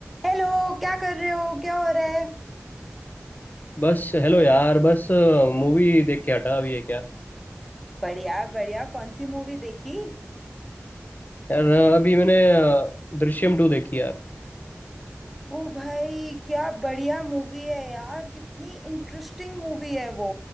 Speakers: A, in the centre; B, on the left.
A: Hello क्या कर रहे हो क्या हो रहा है
B: बस हेलो यार बस मूवी देख के हटा अभी एक यार
A: बढ़िया बढ़िया कौन सी मूवी देखी
B: यार अ, अभी मैंने अ, दृश्यम टू देखी यार
A: ओ भाई क्या बढ़िया मूवी है यार कितनी इंटरेस्टिंग मूवी है वो